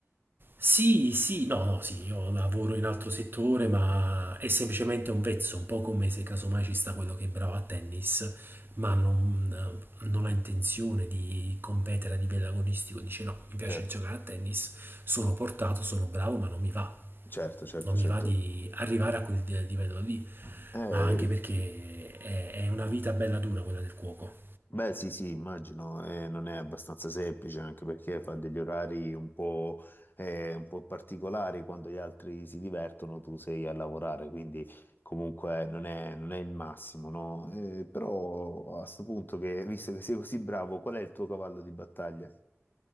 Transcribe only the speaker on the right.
Sì, sì, no, no, sì, io lavoro in altro settore, ma è semplicemente un vezzo, un po' come se casomai ci sta quello che è bravo a tennis, ma non, non ha intenzione di competere a livello agonistico, dice no, mi piace
giocare a tennis, sono portato, sono bravo, ma non mi va,
non mi
va di arrivare a quel livello lì,
ma anche perché è, è una vita bella dura quella del cuoco.